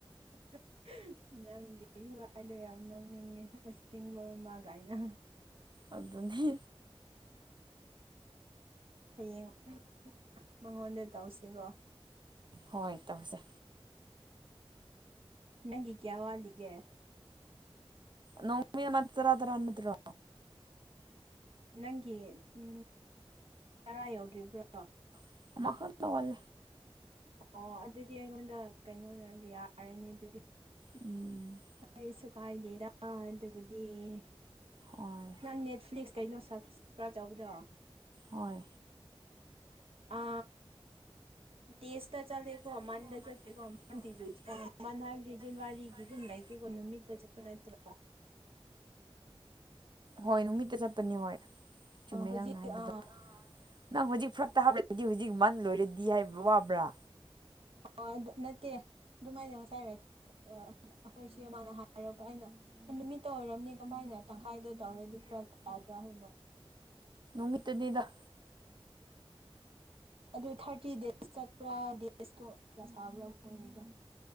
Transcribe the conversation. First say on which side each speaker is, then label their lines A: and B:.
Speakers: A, on the right; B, on the right.
A: <unintelligible> ꯅꯪꯗꯤ ꯍꯒꯥꯏꯗꯣ ꯌꯥꯝ ꯅꯣꯛꯅꯤꯡꯉꯦ ꯑꯁꯦꯡꯕ ꯃꯃꯥꯡꯒꯥꯏꯅ
B: ꯑꯗꯨꯅꯤ
A: ꯍꯌꯦꯡ ꯃꯉꯣꯟꯗ ꯇꯧꯁꯤꯀꯣ
B: ꯍꯣꯏ ꯇꯁꯦ
A: ꯅꯪꯤ ꯀꯌꯥꯋꯥꯂꯤꯒꯦ
B: ꯅꯣꯡꯃ ꯃ ꯇꯔꯥ ꯇꯔꯥꯅꯠꯇ꯭ꯔꯣ
A: ꯅꯪꯒꯤ ꯎ ꯇꯔꯥ ꯌꯧꯗ꯭ꯔꯤꯕ꯭ꯔꯣ
B: ꯃꯈ ꯃꯈꯜꯗ ꯋꯥꯜ
A: ꯑꯣ ꯑꯗꯨꯗꯤ ꯑꯩꯉꯣꯟꯗ ꯀꯩꯅꯣꯗꯗꯤ ꯌꯥꯔꯅꯤ ꯑꯗꯨꯗꯤ
B: ꯎꯝ
A: ꯀꯔꯤꯁꯨ ꯀꯥꯏꯗꯦꯔ ꯑꯗꯨꯕꯨꯗꯤ
B: ꯍꯣꯏ
A: ꯅꯪ ꯅꯦꯠꯐ꯭ꯂꯤꯛꯁ ꯀꯩꯅꯣ ꯁꯕꯁꯀ꯭ꯔꯥꯏꯞ ꯇꯧꯕꯗꯣ
B: ꯍꯣꯏ
A: ꯑ ꯎ ꯇꯦꯁꯇ ꯆꯂꯀ
B: ꯆꯠꯂꯦꯀꯣ
A: ꯃꯗ
B: ꯃꯟꯗ
A: ꯆꯇꯦꯀ
B: ꯆꯠꯇꯦꯀꯣ
A: ꯃꯗꯤꯤꯁꯨꯨꯠ
B: ꯅꯪꯗꯤ
A: ꯃꯅ ꯍꯥꯏꯏꯖꯖꯤꯅꯋꯥꯔꯤ
B: ꯐꯦꯖꯤꯟꯋꯥꯔꯤꯒꯤ
A: ꯈꯤꯗ ꯂꯥꯏꯛ ꯅꯨꯃꯤꯠꯇ ꯆꯄꯅꯠꯇ꯭ꯔ
B: ꯍꯣꯏ ꯅꯨꯃꯤꯠꯇ ꯆꯠꯄꯅꯤ ꯍꯣꯏ ꯆꯨꯝꯃꯦ
A: ꯑ ꯍꯧꯖꯤꯛ
B: ꯅꯪꯅ ꯍꯥꯏꯕꯗꯣ
A: ꯑ
B: ꯅꯪ ꯍꯧꯖꯤꯛ ꯐꯔꯛꯇ ꯍꯥꯞꯂꯒꯗꯤ ꯍꯧꯖꯤꯛ ꯃꯟ ꯂꯣꯏꯔꯗꯤ ꯍꯥꯏꯕ ꯋꯥꯕ꯭ꯔꯥ
A: ꯑꯣ ꯑꯗꯨ ꯅꯠꯇꯦ ꯑꯗꯨꯃꯥꯏꯅ ꯉꯁꯥꯏꯔ ꯑꯩꯈꯣꯏꯁꯦ ꯃꯥꯅ ꯍꯥꯏꯔꯛꯄ ꯑꯩꯅ ꯅꯨꯃꯤꯠꯇ ꯑꯣꯏꯔꯝꯅꯤ ꯀꯃꯥꯏꯅ ꯇꯪꯈꯥꯏꯗ ꯇꯧꯔꯗꯤ ꯄꯨꯔꯛ ꯐꯥꯗ꯭ꯔꯥ ꯍꯥꯏꯕ ꯑꯣ
B: ꯅꯨꯃꯤꯠꯇꯅꯤꯗ
A: ꯑꯗꯨ ꯊꯥꯔꯇꯤ ꯗꯦꯖ ꯆꯠꯄ꯭ꯔꯥ ꯗꯦꯖꯇꯣ ꯀꯌꯥ ꯁꯥꯕ꯭ꯔꯥ ꯃꯣꯏꯒꯤꯗꯣ